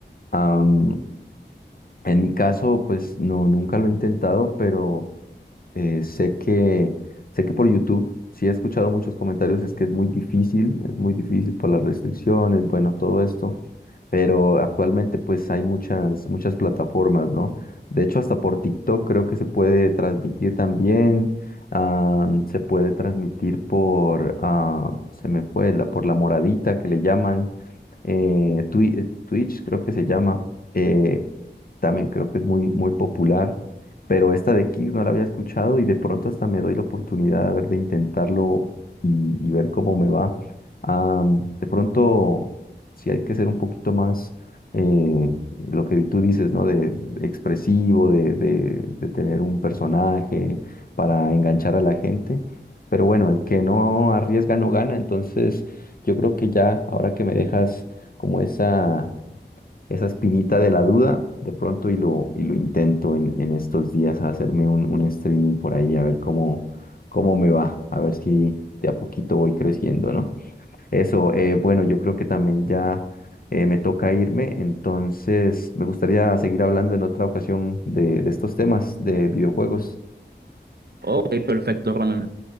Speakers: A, on the left; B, on the right.
A: Am, en mi caso, pues no, nunca lo he intentado, pero eh, sé que, sé que por YouTube sí he escuchado muchos comentarios, es que es muy difícil, es muy difícil por las restricciones, bueno, todo esto, pero actualmente pues hay muchas, muchas plataformas, ¿no? De hecho, hasta por TikTok creo que se puede transmitir también, ah, se puede transmitir por, ah, se me fue, la, por la moradita que le llaman, eh, Twi- eh, Twitch creo que se llama, eh, también creo que es muy, muy popular pero esta de Kick no la había escuchado y de pronto hasta me doy la oportunidad a ver de intentarlo y, y ver cómo me va. Ah, de pronto, sí hay que ser un poquito más, eh, lo que tú dices, ¿no? De expresivo, de, de, de tener un personaje para enganchar a la gente. Pero bueno, el que no arriesga no gana, entonces yo creo que ya ahora que me dejas como esa esa espinita de la duda de pronto y lo, y lo intento en, en estos días a hacerme un, un streaming por ahí, a ver cómo, cómo me va, a ver si de a poquito voy creciendo, ¿no? Eso, eh, bueno, yo creo que también ya eh, me toca irme, entonces me gustaría seguir hablando en otra ocasión de, de estos temas de videojuegos.
B: Ok, perfecto, Ronald.